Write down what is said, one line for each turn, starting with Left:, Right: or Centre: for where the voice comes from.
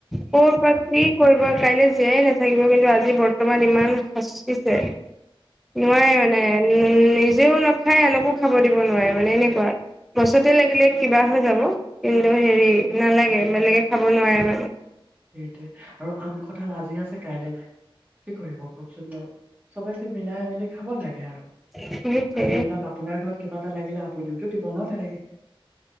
Centre: ক'ৰ পৰা কি কৰিব কাইলৈ জীয়াই নাথাকিব কিন্তু আজি বৰ্তমান ইমান সাচিচে। নোৱাৰে
Right: হয় হয়
Centre: মানে উ', উম 'নিজেও নাখাই আনকো খাব দিব নোৱাৰে মানে এনেকোৱা। গছতে লাগিলে কিবা হৈ যাব কিন্তু হেৰি নালাগে বেলেগে খাব নোৱাৰে মানে।
Right: সেইটোৱে আৰু আম, কঠাল আজি আছে কাইলৈ নাই। কি কৰিব কওকচোন বাৰু চবে মিলাই মেলি খাব লাগে আৰু।
Centre: সেইটোৱে
Right: আজি ধৰি লওক আপোনাৰ ঘৰত কিবা এটা লাগিলে আপুনিওতো দিব ন তেনেকে।